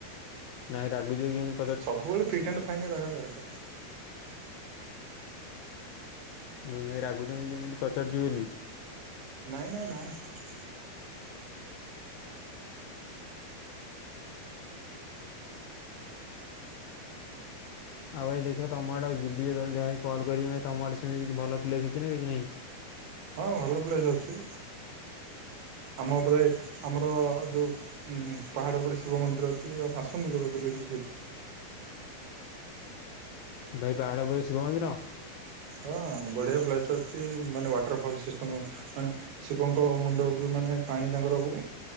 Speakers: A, on the left; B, on the right.
A: ନାଇଁ ରାଗୁଛି କିତି
B: ସବୁବେଳେ ଫିଟ୍ ଆଣ୍ଡ ଫାଇନ ରହିବା ଦରକାର।
A: ମୁଇନ ଭାଇ ରାଗୁଛନ୍ତି କି ଏମିତି ପଚାରୁଛି ବୋଲି?
B: ନାଇଁ ନାଇଁ ନା।
A: ଆଉ ଭାଇ ଦେଖିବା ତମ ଆଡ଼େ ଯିବି ଯହା କଣ କରିବି ଭାଇ ତମରେ ସେମିତି କିଛି ପ୍ଲେସ ଅଛି ନା କିଛି ନାହିଁ?
B: ହଁ ଭଲ ପ୍ଲେସ ଅଛି। ଆମ ଉପରେ ଆମର ଯୋଉ ହୁଁ ପାହାଡ଼ ଉପରେ ଶିବ ମନ୍ଦିର ଅଛି ଆ ଆସନ୍ତୁ କେବେ ବୁଲିକି ଯିବେ।
A: ଭାଇ ପାହାଡ଼ ପୋ ଶିବ ମନ୍ଦିର?
B: ହଁ ବଢି଼ଆ ପ୍ଲେସ୍ ଅଛି ମାନେ ୱାଟର ଫଲ ସିଷ୍ଟମ ମାନେ ଶିବଙ୍କ ମୁଣ୍ଡ ଉପରୁ ମାନେ ପାଣି ତାଙ୍କର ଉ